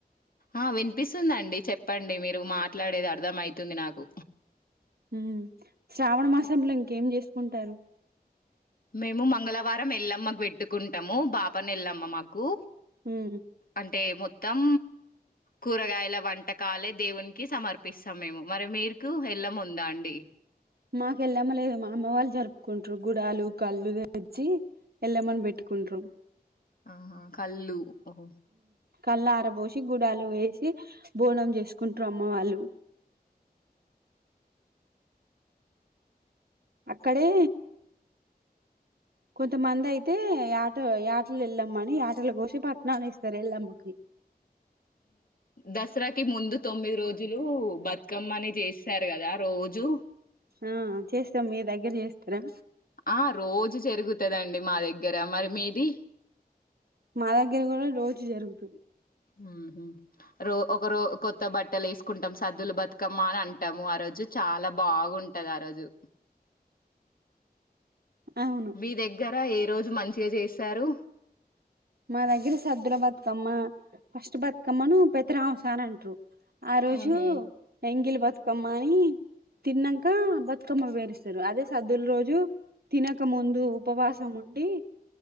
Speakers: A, on the left; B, on the right.
A: ఆ వినిపిస్తుందండి చెప్పండి మీరు మాట్లాడేది అర్థం అయితుంది నాకు
B: హ్మ్ శ్రావణ మాసంలో ఇంకేం చేసుకుంటారు
A: మేము మంగళవారం వెళ్ళమ్మాకు పెట్టుకుంటాము బాపని వెళ్ళమ్మ మాకు
B: ఉమ్
A: అంటే మొత్తం కూరగాయల వంటకాలే దేవునికి సమర్పిస్తాం మేము మరి మీకు ఎల్లమా ఉందా అండి
B: మాకుెళ్ళామ లేదు మా అమ్మ వాళ్ళు జరుపుకుంటారు గుడాలు కళ్ళు తెచ్చి ఎల్మమణి పెట్కుంటరూ
A: ఆహా కళ్ళు ఓహో
B: కళ్ళార పోసి గుడాలు వేసి బోనం చేసుకుంటారు అమ్మ వాళ్ళు అక్కడే కొంతమంది అయితే ఆట ఆటలు వెళ్ళమని ఆటలు కోసి పట్టణన్ని ఇస్తారు వెళ్ళమ్మకి
A: దసరాకి ముందు తొమ్మిది రోజులు బతుకమ్మని చేస్తారు కదా రో జు
B: ఆ చేస్తాం మీ దగ్గర చేస్తారా
A: ఆ రోజు జరుగుతుదండి మా దగ్గర మరి మీది
B: మాదగరా కూడా ఇది జరుగుతది
A: మ్మ్ హ్మ్ రో ఒకరో కొత్త బట్టలు వేసుకుంటాం సద్దులు బతుకమ్మ అని అంటాము ఆ రోజు చాలా బాగు ఉంటది ఆ రోజు
B: అవును
A: మీ దగ్గర ఏ రోజు మంచిగా చేస్తారు
B: మా దగ్గర సదుర బతుకమ్మ ఫస్ట్ బతుకమ్మను పెద్దరాంసార్ అంటారు ఆ రోజు
A: ఉహు
B: ఎంగిలి బతుకమ్మని తిన్నాక బతుకమ్మ వేరిస్తారు అదే సద్దుల రోజు తినక ముందు ఉపవాసం ఉండి